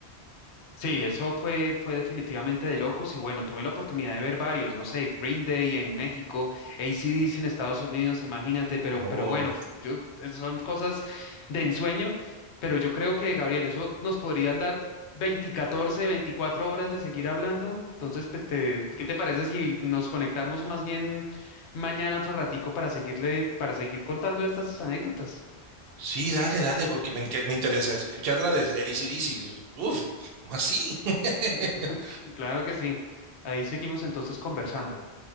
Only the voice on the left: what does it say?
Sí, eso fue, fue definitivamente de locos y bueno, tuve la oportunidad de ver varios, no sé, Green Day en México, AC/DC en Estados Unidos, imagínate, pero,
pero bueno, yo, eh, son cosas de ensueño, pero yo creo que, Gabriel, eso nos podrían dar 20, 14, 24 horas de seguir hablando, entonces, pues, te- ¿qué te parece si nos conectamos más bien mañana otro ratico para seguirle, para seguir contando estas anécdotas?
<laughs> Claro que sí, ahí seguimos entonces conversando.